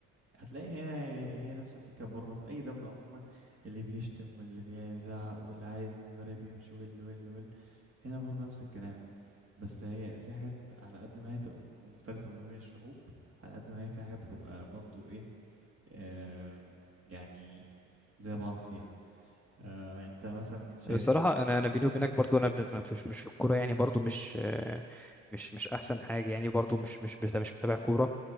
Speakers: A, on the right; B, in the centre.
A: هتلاقي هنا هي نفس الفكرة بره في أي دولة عموما اللي بيشتم واللي بيزعق واللي عايز المدرب يمشي واللي واللي واللي هنا برضه نفس الكلام بس هي في حاجات على قد ما هي تبقى ممكن مختلفة ما بين الشعوب على قد ما هي في حاجات بتبقى برضو ايه آم، يعني زي بعض فيها آه، انت مثلا شايف
B: بصراحة
A: فكرة
B: أنا أنا بيني وبينك برضو أنا ب- أنا مش مش في الكورة يعني برضو مش مش مش
A: مم.
B: أحسن حاجة يعني برضو مش مش مش متابع كورة